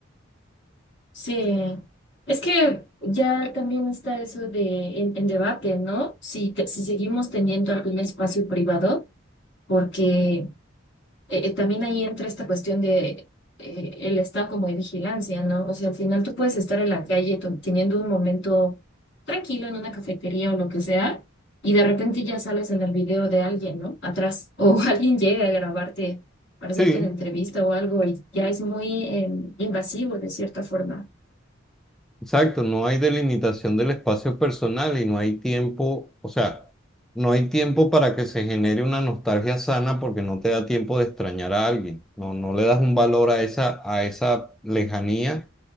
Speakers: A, on the left; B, in the centre.
A: Sí. Es que ya también está eso de en, en debate, ¿no? Si, te- si seguimos teniendo algún espacio privado, porque eh, eh, también ahí entra esta cuestión de eh, el estado como de vigilancia, ¿no? O sea, al final tú puedes estar en la calle to- teniendo un momento tranquilo en una cafetería o lo que sea, y de repente ya sales en el video de alguien, ¿no? Atrás, o <laughs> alguien llega a grabarte para hacerte
B: Sí,
A: una entrevista o algo, y ya es muy eh, invasivo de cierta forma.
B: Exacto, no hay delimitación del espacio personal y no hay tiempo, o sea, no hay tiempo para que se genere una nostalgia sana porque no te da tiempo de extrañar a alguien. No, no le das un valor a esa, a esa lejanía